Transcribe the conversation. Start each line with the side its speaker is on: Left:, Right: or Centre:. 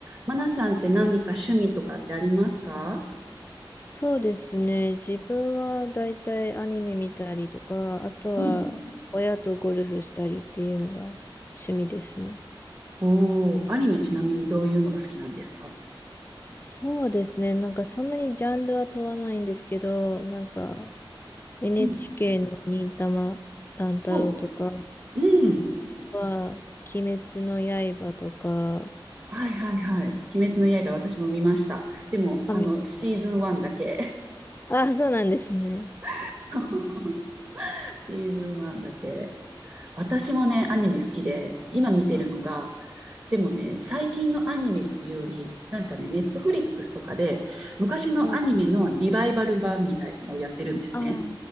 Right: マナさんって何か趣味とかってありますか
Left: そうですね。自分はだいたいアニメ見たりとか、あとは親とゴルフしたりっていうのが
Right: うん、
Left: 趣味ですね。
Right: おー、アニメちなみにどういうのが好きなんですか
Left: そうですね。なんかそんなにジャンルは問わないんですけど、なんか NHK
Right: うん、
Left: の忍たま乱太郎とか
Right: おう、うん。
Left: は、鬼滅の刃とか、
Right: はいはいはい。鬼滅の刃私も見ました。でも、あの、
Left: あ、見ました。
Right: シーズン1だけ。
Left: あ、そうなんですね。
Right: <laughs> そう。シーズン1だけ。私もね、アニメ好きで、今見てるのが、
Left: あ、す
Right: でもね、最近のアニメっていうより、なんかね、ネットフリックスとかで、昔のアニメのリバイバル版みたいなのをやってるんですね。
Left: ごい。あ、